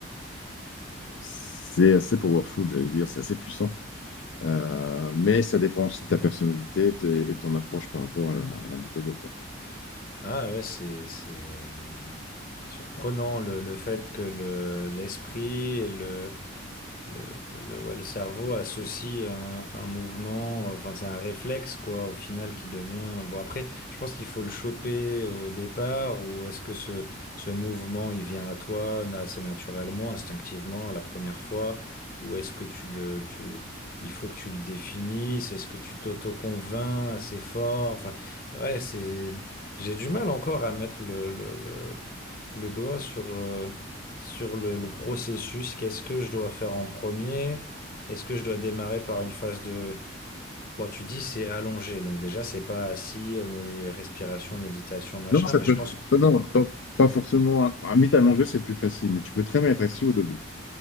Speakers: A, on the left; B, on the left.
A: c'est assez powerful, j'allais dire. C'est assez puissant. Euh, mais ça dépend aussi de ta personnalité et t- et ton approche par rapport à la, à la méthode, quoi.
B: Ah ouais, c'est c'est euh, surprenant le, le fait que le l'esprit et le Le, le, le- ouais, le cerveau associe un, un mouvement, euh, enfin c'est un réflexe quoi, au final qui devient. Bon après, je pense qu'il faut le choper au départ, ou est-ce que ce, ce mouvement il vient à toi na- assez naturellement, instinctivement la première fois, ou est-ce que tu le, tu, il faut que tu le définisses, est-ce que tu t'auto-convaincs assez fort, enfin ouais c'est, j'ai du mal encore à mettre le, le, le le doigt sur, euh, sur le, le processus. Qu'est-ce que je dois faire en premier? Est-ce que je dois démarrer par une phase de... Bon, tu dis c'est allongé, donc déjà c'est pas assis, euh, mais respiration, méditation, machin,
A: Non, ça
B: mais
A: peut,
B: je pense...
A: euh, non, pas, pas forcément. Un mythe à manger, c'est plus facile, mais tu peux très bien être assis ou debout.